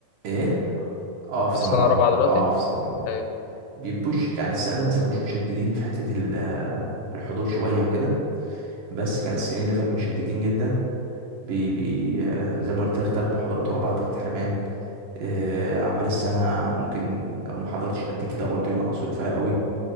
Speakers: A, on the right (about 70°); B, on the left (about 85°).
A: إيه؟ اه
B: أنت
A: في سنة
B: في سنة
A: رابعة
B: رابعة دلوقتي؟
A: اه في سنة رابعة
B: أيوه
A: بيبوش يعني السنة دي مثلا مش مشددين في حتة ال- الحضور شوية وكده بس كان السنين اللي فاتت مشددين جدا بي بي آه، زي ما قلت لك تلات محاضرات ورا بعض تاخد حرمان آه، أعمال السنة ممكن لو ما حضرتش قد كده برضه ينقصوك فيها قوي